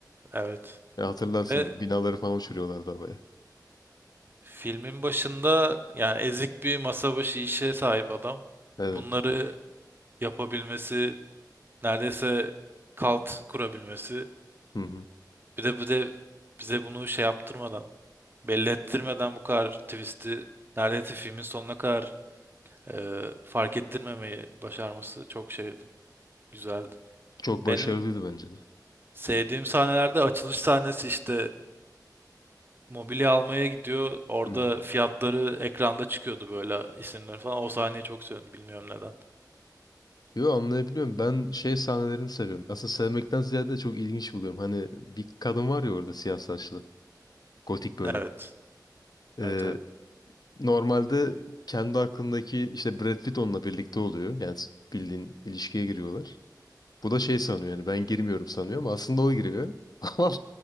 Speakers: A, on the right (about 30°); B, on the left (about 65°).
A: evet.
B: Ya hatırlarsın
A: Ve
B: binaları falan uçuruyorlardı havaya.
A: filmin başında yani ezik bir masa başı işe sahip adam.
B: Evet.
A: Bunları yapabilmesi, neredeyse kalt kurabilmesi.
B: Hı hı.
A: Bir de bir de bize bunu şey yaptırmadan, belli ettirmeden bu kadar twist'i neredeyse filmin sonuna kadar e, fark ettirmemeyi başarması çok şeydi. Güzeldi.
B: Çok başarılıydı
A: Benim
B: bence de.
A: sevdiğim sahnelerde açılış sahnesi işte Mobilya almaya gidiyor. Orada
B: Hı hı.
A: fiyatları ekranda çıkıyordu böyle isimler falan. O sahneyi çok seviyorum. Bilmiyorum neden.
B: Yo anlayabiliyorum. Ben şey sahnelerini seviyorum. Aslında sevmekten ziyade çok ilginç buluyorum. Hani bir kadın var ya orada siyah saçlı. Gotik böyle.
A: Evet.
B: Ee,
A: Evet evet.
B: normalde kendi aklındaki işte Brad Pitt onunla birlikte oluyor. Yani bildiğin ilişkiye giriyorlar. Bu da şey sanıyor yani ben girmiyorum sanıyor ama aslında o giriyor. <laughs> Ama